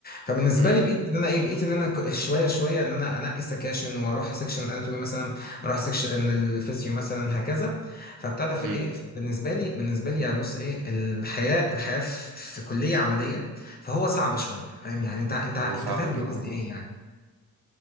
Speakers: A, on the left; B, on the right.
A: فبالنسبه
B: مم.
A: لي بقيت ان انا ايه بقيت ان انا ك- شويه شويه ان انا انقي السكاشن واروح سكشن الاناتومي مثلا اروح سكشن الفيسيو مثلا هكذا فبتاع ده فايه
B: مم.
A: بالنسبه لي بالنسبه لي يعني بص ايه الحياه الحياه في في كليه عمليه فهو صعبه شويه فاهم يعني انت انت
B: هي
A: انت
B: صعبه
A: فاهم
B: جدا
A: انا قصدي ايه
B: اه
A: يعني